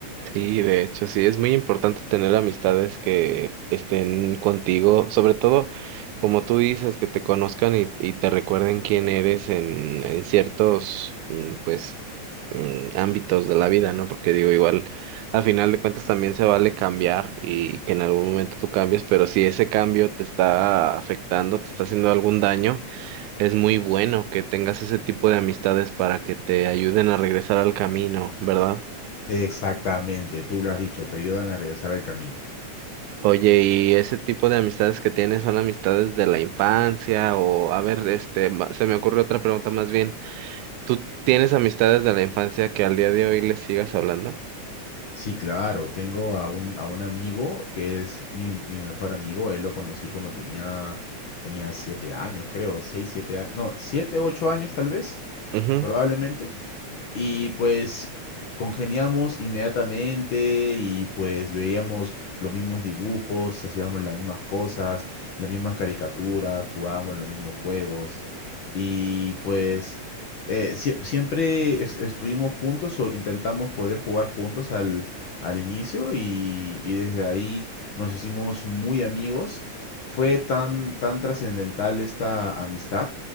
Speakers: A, on the right; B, on the left.
A: sí, de hecho, sí. Es muy importante tener amistades que estén contigo, sobre todo, como tú dices, que te conozcan y, y te recuerden quién eres en, en ciertos, mm, pues mm, ámbitos de la vida, ¿no? Porque digo, igual, al final de cuentas también se vale cambiar y que en algún momento tú cambies, pero si ese cambio te está afectando, te está haciendo algún daño, es muy bueno que tengas ese tipo de amistades para que te ayuden a regresar al camino, ¿verdad?
B: Exactamente, tú lo has dicho, te ayudan a regresar al camino.
A: Oye, ¿y ese tipo de amistades que tienes son amistades de la infancia? O, a ver, este, ma- se me ocurre otra pregunta más bien. ¿Tú tienes amistades de la infancia que al día de hoy les sigas hablando?
B: Sí, claro, tengo a un, a un amigo que es mi, mi mejor amigo, él lo conocí cuando tenía, tenía siete años, creo, seis, siete años, no, siete, ocho años tal vez,
A: Ujú,
B: probablemente. Y pues congeniamos inmediatamente y pues veíamos los mismos dibujos, hacíamos las mismas cosas, las mismas caricaturas, jugábamos los mismos juegos. Y pues eh, sie- siempre es- estuvimos juntos o intentamos poder jugar juntos al, al inicio y, y desde ahí nos hicimos muy amigos. Fue tan, tan trascendental esta amistad